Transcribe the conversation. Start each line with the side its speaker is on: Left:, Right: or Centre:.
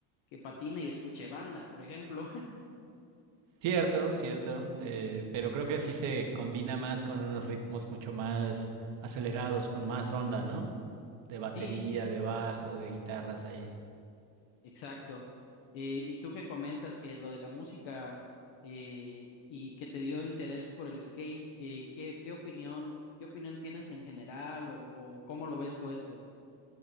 Left: que patine y escuche banda, por ejemplo. <laughs>
Right: Cierto, cierto, eh, pero creo que sí se combina más con unos ritmos mucho más acelerados, con más onda, ¿no? De batería,
Left: Sí, sí,
Right: de bajo, de guitarras ahí.
Left: exacto. Eh, y tú que comentas que lo de la música eh, y que te dio interés por el skate, eh, ¿qué, qué opinión, qué opinión tienes en general o, o cómo lo ves tú esto?